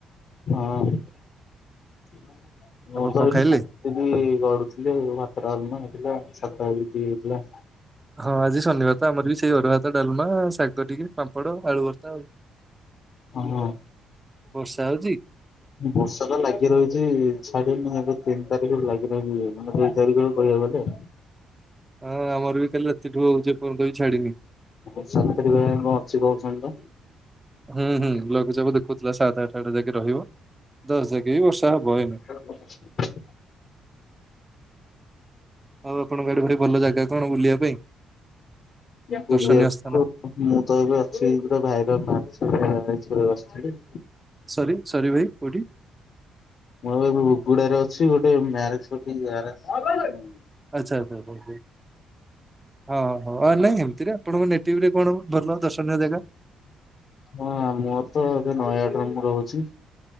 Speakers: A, on the left; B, on the right.
A: ହଁ କଣ
B: ଆପଣ
A: କହିଲେ?
B: କଣ ଖାଇଲେ?
A: ଏଠି ଗଡୁଥିଲେ ଭାତ ଡାଲମା ହେଇଥିଲା ସାଧା ହେଇଥିଲା।
B: ହଁ ଆଜି ଶନିବାର ତ ଆମର ବି ସେଇ ଅରୁଆ ହାତ ଡାଲମା ଶାଗ ଟିକେ। ପାମ୍ପଡ଼ ଆଳୁଭର୍ତ୍ତା ଆଉ
A: ହଁ।
B: ବର୍ଷା ହଉଛି?
A: ବର୍ଷା ଟା ଲାଗି ରହିଛି ଛାଡିନି ଏବେ ତିନି ତାରିଖରୁ ଲାଗି ରହିବି ମାନେ ତାରିଖରୁ କହିବାକୁ ଗଲେ।
B: ହଁ ଆମର ବି କାଲି ରାତିଠୁ ହଉଛି ଏପର୍ଯ୍ୟନ୍ତ ବି ଛାଡିନି।
A: ଆ ସାତ ତାରିଖ ଯାଏ ଅଛି କଣ କହୁଛନ୍ତି ତ।
B: ହୁଁ ହୁଁ ଲଘୁଚାପ ଦେଖୁଥିଲା ସାତ ଆଠ ଯାକେ ରହିବ ଦଶ ଜାକେ ବି ବର୍ଷା ହବ ଏମ
A: <unintelligible>
B: ଆଉ ଆପଣଙ୍କ ଆଡେ ଭାରି ଭଲ ଜାଗା କଣ ବୁଲିବା ପାଇଁ?
A: ବୁଲିଆକୁ
B: ଦର୍ଶନୀୟ ସ୍ଥାନ?
A: ମୁଁ ତ ଏବେ ଅଛି ଗୋଟେ ଭାଇର ମାସିକିଆ <unintelligible> ବସିଥିଲି।
B: ସରି, ସରି ଭାଇ କୋଉଠି?
A: ମୁଁ ଏବେ ହୁଗୁଡାରେ ଅଛି ଗୋଟେ ମ୍ୟାରେଜ <unintelligible> ମ୍ୟାରେଜ୍
B: ଆଚ୍ଛା ଆଚ୍ଛା ହଉ ହଉ। ହଁ, ହଁ, ହଁ ନାଇଁ ଏମିତିରେ ଆପଣଙ୍କ ନେଟିଭରେ କଣ ଭଲ ଦର୍ଶନୀୟ ଜାଗା?
A: ହଁ ମୋର ତ ଏବେ ନୟାଗଡରେ ମୁଁ ରହୁଛି।